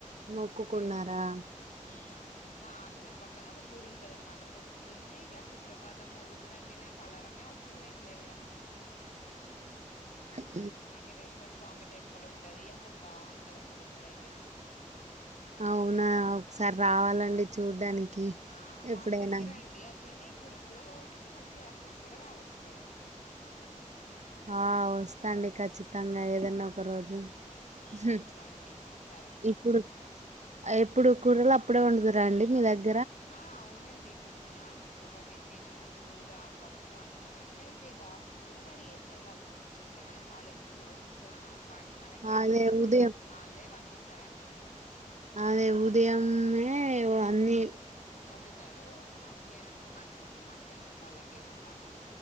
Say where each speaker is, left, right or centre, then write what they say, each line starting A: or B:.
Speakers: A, on the right; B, on the left.
A: మొక్కుకున్నారా
B: తెడు ఊ మా హాస్టల్ పక్కనే ఒక గుడి ఉంటద అనమాట పొద్దున్నే ఇక సుప్రభాతం మోగుతుందండి నాకు అలరమే అవసరం లేదు లేవడానికి
A: ఊ
B: వెంకటేశ్వర స్వామి టెంపుల్ ఉంటది అసలు బాగుంటది అసలు ఇక్కడయితే
A: అవునా ఒకసారి రావాలండి చూడ్డానికి
B: ఆ మా
A: ఎప్పుడైనా
B: హస్టల్ కి రండి అట్లనే గుడికి కూడా పోవచ్చు మంచి హస్టల్ కూడా రావచ్చు ఇక్కడ
A: ఆ వస్తాండి ఖచ్చితంగా ఏదన్నా ఒక రోజు
B: ఊ
A: హ్మ్.
B: రండి ఈసారి
A: ఇప్పుడు ఎప్పుడు కూరలు అప్పుడే ఉండదు రండి మీ దగ్గర
B: ఆ అవునండి పొద్దున ఒక టిఫిన్ కూర పప్పు అన్నం అన్నీ అయితాయ్ బాక్సులు కూడా రెడీ చేస్తారు వాళ్ళు అంటే మనం కాలేజీకి పాఠశాలకు పోేనాం
A: అదే
B: అనుకో
A: ఉదయం
B: వాళ్ళే పంపిస్తారు అన్ని
A: అదే ఉదయమే అన్నిీ
B: వండుతారు మధ్యాహ్నం మధ్యాహ్నం మధ్యాహ్నం వాళ్ళకి గే అల్ల